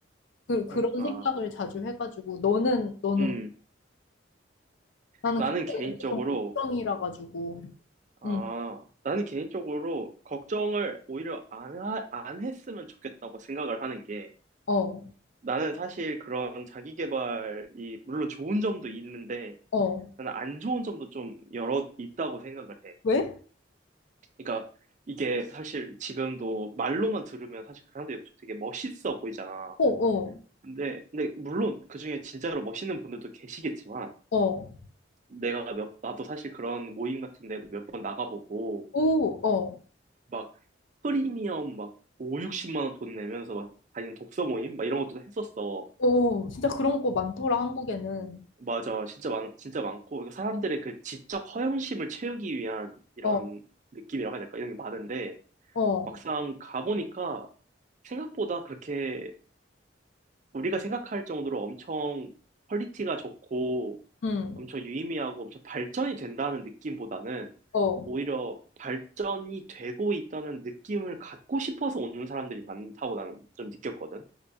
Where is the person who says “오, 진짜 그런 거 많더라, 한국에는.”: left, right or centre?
Left